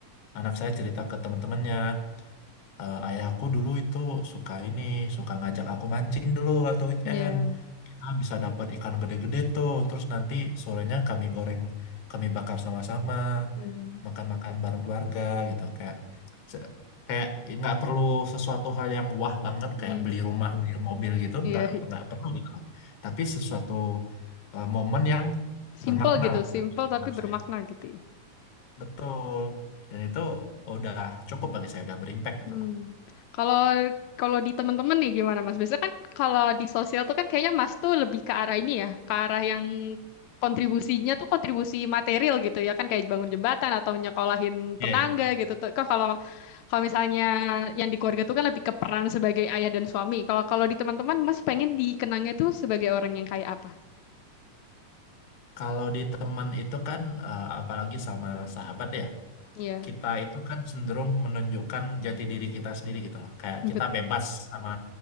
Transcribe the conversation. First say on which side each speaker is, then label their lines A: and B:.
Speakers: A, on the left; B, on the left.
A: anak saya cerita ke teman-temannya Eh, ayahku dulu itu suka ini, suka ngajak aku mancing dulu waktu weekend.
B: Ya.
A: Kita bisa dapat ikan gede-gede tuh. Terus nanti sorenya kami goreng, kami bakar sama-sama,
B: Hmm.
A: makan-makan bareng keluarga gitu. Kayak se- kayak nggak perlu sesuatu hal yang wah banget
B: Mhm,
A: kayak beli rumah, beli mobil gitu.
B: Iya,
A: Nggak
B: iya.
A: nggak perlu gitu. Tapi sesuatu eh, momen yang
B: Simple
A: bermakna
B: gitu,
A: lah
B: simple
A: bagi
B: tapi
A: anak
B: bermakna
A: saya.
B: gitu ya.
A: Betul. Dan itu udah cukup bagi saya, udah berimpact gitu
B: Hmm.
A: lah.
B: Kalau kalau di teman-teman nih gimana Mas? Biasanya kan kalau di sosial tuh kan kayaknya Mas tuh lebih ke arah ini ya, ke arah yang kontribusinya tuh kontribusi material gitu ya kan kayak bangun jembatan atau nyekolahin
A: Iya.
B: tetangga gitu. tuh. Kok kalau kalau misalnya yang di keluarga tuh kan lebih ke peran sebagai ayah dan suami. Kalau kalau di teman-teman Mas pengen dikenangnya tuh sebagai orang yang kayak apa?
A: Kalau di teman itu kan, eh, apalagi sama sahabat ya,
B: Iya,
A: kita itu kan cenderung menunjukkan jati diri kita sendiri gitu loh. Kayak
B: bet.
A: kita bebas sama